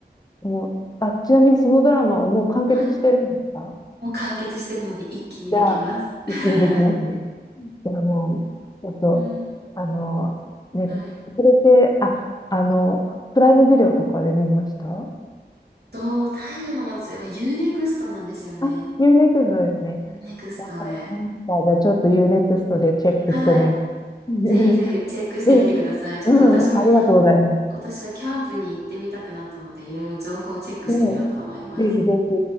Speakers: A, on the left; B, on the right.
A: もう、あ、ちなみにそのドラマはもう完結してるんですか
B: はい。もう完結してるので一気にできます。
A: じゃあ、
B: <laughs>
A: 一気にできますじゃあもう、ちょっと、
B: うん。
A: あの、ね、
B: はい。
A: それって、あ、あの、プライムビデオとかで見ました
B: と、太陽の末裔はユーネクストなんですよね。
A: あ、ユーネクストですね。
B: ユーネクストで。
A: わかりました。じゃあちょっとユーネクストでチェックしてみま
B: うんはい。
A: す。
B: ぜひぜひチェックしてみてください。
A: <laughs> で
B: ちょっと私も
A: うん、ありがとうございます。
B: 今年はキャンプに行ってみたくなったので、いろいろ情報をチェックしてみようと思います。
A: うん、ぜひぜひ。